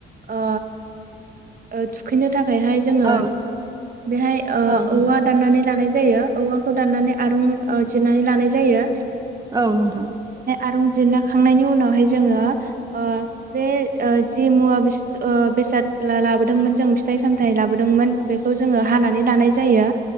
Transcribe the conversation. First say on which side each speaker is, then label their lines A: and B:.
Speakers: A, on the right; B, on the right.
A: ओ ओ थु थुखैनो थाखायहाय जोङो
B: औ
A: बेहाय ओ
B: औ नोंथां
A: औवा दाननानै लानाय जायो औवाखौ दान्नानै आरुं जिरनानै लानाय जायो।
B: औ नोंथां
A: आरंजिरना खांनायनि उनावहाय जोङो ओ बे ओ जि मुवा बेस बेसाद लाबोदोंमोन जों फिथाइ सामथाइ लाबोदोंमोन बेखौ जोङो हानानै लानाय जायो